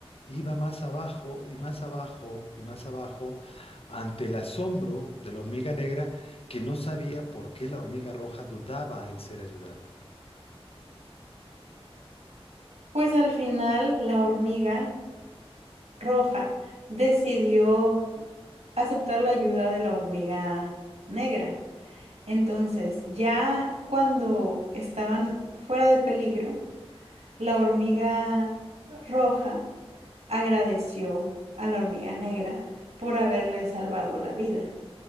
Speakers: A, on the left (about 65°); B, on the right (about 90°).
A: iba más abajo y más abajo y más abajo ante el asombro de la hormiga negra que no sabía por qué la hormiga roja dudaba en ser ayudada.
B: Pues al final la hormiga roja decidió aceptar la ayuda de la hormiga negra. Entonces, ya cuando estaban fuera de peligro, la hormiga roja agradeció a la hormiga negra por haberle salvado la vida.